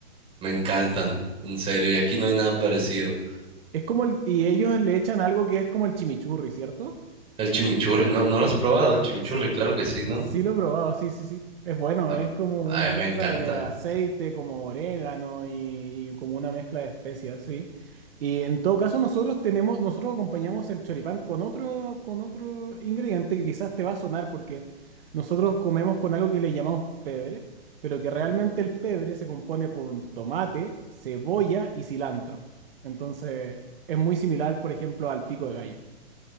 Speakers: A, on the right; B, on the right.
A: Me encantan, en serio, y aquí no hay nada parecido.
B: Es como el- y ellos le echan algo que es como el chimichurri, ¿cierto?
A: El chimichurri, ¿no, no lo has probado, el chimichurri?
B: Sí.
A: Claro que sí, ¿no?
B: Sí lo he probado, sí, sí, sí. Es bueno,
A: A,
B: es como una
A: a mí
B: mezcla
A: me encanta.
B: de aceite, como orégano y, y como una mezcla de especias, sí. Y en todo caso nosotros tenemos, nosotros acompañamos el choripán con otro, con otro ingrediente que quizás te va a sonar porque nosotros comemos con algo que le llamamos pebre, pero que realmente el pebre se compone con tomate, cebolla y cilantro. Entonces es muy similar, por ejemplo, al pico de gallo.